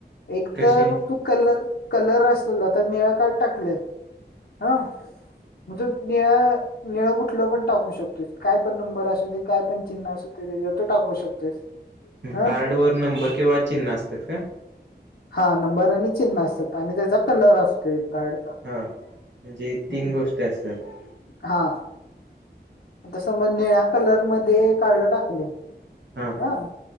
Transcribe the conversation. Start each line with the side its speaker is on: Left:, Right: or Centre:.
Left: एक
Right: कसे
Left: तर तू कलर कलर असलेलं आता निळा कार्ड टाकलय. हा. म्हणजे निळा निळ कुठलं पण टाकू शकतोयस काय पण नंबर असू दे काय पण चिन्ह असुदे. ते तू टाकू शकतोयस. हं
Right: कार्डवर नंबर किंवा चिन्ह असत्यात का?
Left: हा नंबर आणि चिन्ह असत्यात आणि त्याचा कलर असतोय. कार्डचा
Right: हा म्हणजे
Left: हम्म
Right: तीन गोष्टी असतात
Left: हां. आता समज निळ्या कलर मध्ये कार्ड टाकलंय.
Right: हा
Left: हां